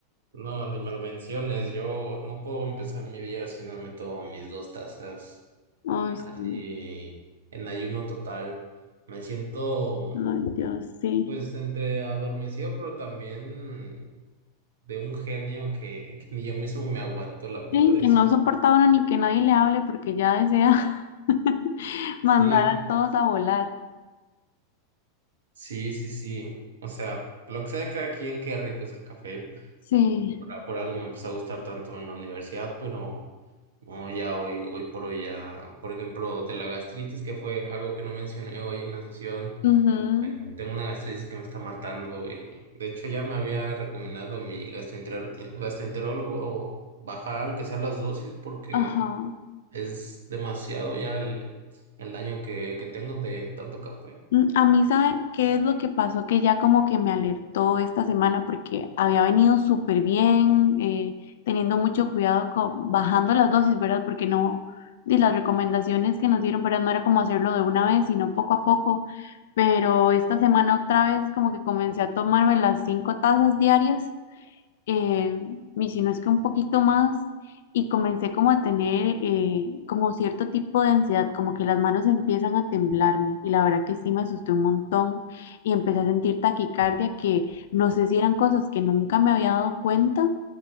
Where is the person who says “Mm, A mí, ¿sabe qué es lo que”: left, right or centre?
Left